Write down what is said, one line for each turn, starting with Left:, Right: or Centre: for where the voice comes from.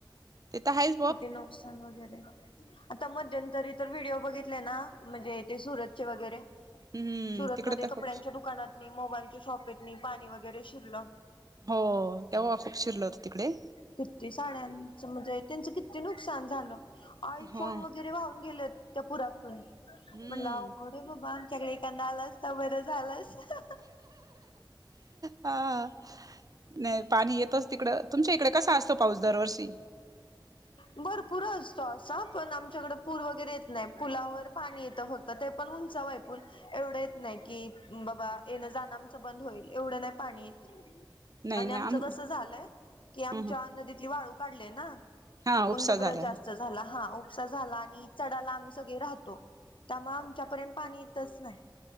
Right: ते त आहे.
Left: किती नुकसान वगैरे. ता मध्यंतरी तर व्हिडिओ बघितले ना? म्हणजे ते सुरत चे वगैरे.
Right: हम्म
Left: सुरतमध्ये
Right: तिकडे तर खूप
Left: कपड्यांच्या दुकानात नी मोबाईलच्या शॉपेतनी पाणी वगैरे शिरलं.
Right: हो. तेव्हा खूप शिरल होत तिकडे.
Left: तर ते साड्यांचं म्हणजे त्यांचं किती नुकसान झालं. आय
Right: हो
Left: फोन वगैरे वाहून गेलेत. त्या पुरातून
Right: हम्म
Left: म्हणलं अवघड - अरे बाबा आमच्या कडे एखानदा आला असता त बर झाल असतं.
Right: हां. नाही पाणी येतच तिकड. तुमच्या इकडे कसा असतो पाऊस दरवर्षी?
Left: ह भरपूर असतो असा. पण आमच्याकडं पूर वगैरे येत नाही. पुलावर पाणी येतं फक्त. -क्त. ते पण उंचावय ए पूल. एवढं येत नाही की बाबा येणं जाणं आमचं बंद होईल. एवढं नाही पाणी येत.
Right: नाही
Left: आणि
Right: नाही
Left: आमचं
Right: आम
Left: कस झालंय? की आमच्या
Right: ह
Left: नदीतली वाळू काढलीय ना?
Right: हा उपसा
Left: मंग डबर
Right: झालाय
Left: जास्त झाला. हा उपसा झाला आणि चढाला आम्ही सगळे राहतो. त्यामुळे आमच्या पर्यंत पाणी इतच नाही